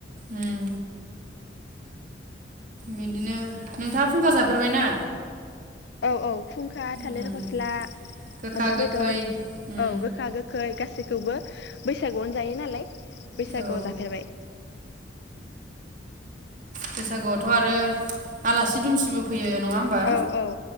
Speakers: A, on the right; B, on the left.
A: उम बिदिनो नोंथाङा खुंख्रा जाफेरबायना?
B: औ औ खुंख्रा थालिर
A: उम
B: फस्ला
A: गोखा
B: अमा
A: गोखै
B: बेदर
A: उम
B: औ गोखा गोखै गासैखौबो बैसागुआवनो जायो नालाय बैसागुआव
A: औ
B: जाफेरबाय
A: बैसागुआवथ' आरो आलासि दुमसिबो फैयो। नङा होमबा
B: औ औ